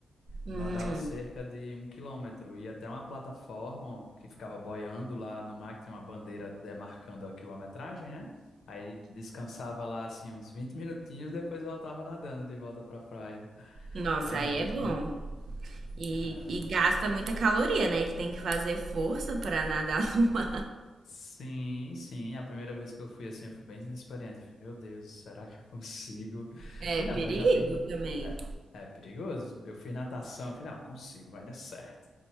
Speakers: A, on the right; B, on the left.
A: Hum,
B: nadava cerca de um quilômetro e até uma plataforma que ficava boiando lá no mar, que tinha uma bandeira demarcando a quilometragem, né? Aí descansava lá assim uns 20 minutinhos, depois voltava nadando de volta pra praia.
A: Nossa,
B: Ah, era
A: aí
B: muito
A: é bom.
B: bom.
A: E,
B: É.
A: e gasta muita caloria, né? Que tem que fazer força pra nadar. <laughs>
B: Sim, sim. A primeira vez que eu fui assim, eu fui bem inexperiente. Eu Falei, meu Deus, será que eu consigo? Eu
A: É
B: Falei,
A: perigo
B: não, mas eu já fiz.
A: também.
B: É, é perigoso. Eu fiz natação. Eu Falei, não, consigo, vai dar certo.